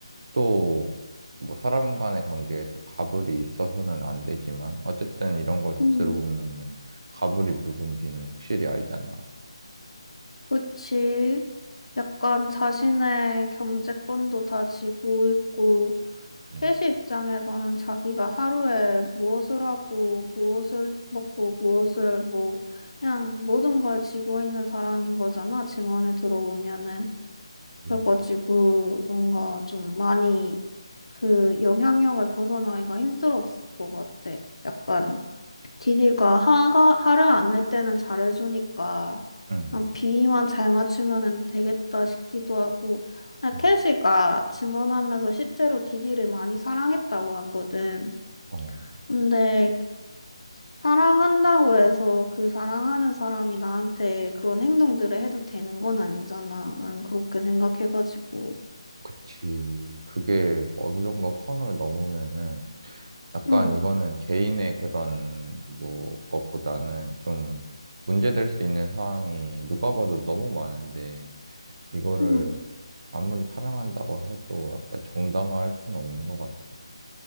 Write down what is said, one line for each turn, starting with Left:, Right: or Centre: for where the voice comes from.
Right: 또 뭐 사람 간의 관계에서 갑을이 있어서는 안 되지만 어쨌든 이런 걸 다
Left: 응.
Right: 들어보면은 갑을이 누군지는 확실히 알잖아.
Left: 그치. 약간 자신의 경제권도 다 쥐고 있고,
Right: 음.
Left: 캐시 입장에서는 자기가 하루에 무엇을 하고, 무엇을 먹고, 무엇을 뭐, 그냥 모든 걸 쥐고 있는 사람인 거잖아, 증언에 들어보면은.
Right: 음.
Left: 그래가지고 뭔가 좀 많이 그 영향력을 벗어나기가 힘들었을 것 같아. 약간
Right: 음.
Left: 디디가 화가 화를 안 낼 때는 잘해주니까
Right: 음.
Left: 그냥 비위만 잘 맞추면은 되겠다 싶기도 하고 아, 캐시가
Right: 음.
Left: 증언하면서 실제로 디디를 많이 사랑했다고 하거든.
Right: 어.
Left: 근데 사랑한다고 해서 그 사랑하는 사람이 나한테 그런 행동들을 해도 되는 건 아니잖아. 난 그렇게 생각해가지고.
Right: 그치. 그게 어느 정도 선을 넘으면은 약간
Left: 응.
Right: 이거는 개인의 그런 뭐 것보다는 좀 문제될 수 있는 상황이 누가 봐도 너무 많은데 이거를
Left: 음,
Right: 아무리 사랑한다고 해도 약간 정당화할 수는 없는 것 같아.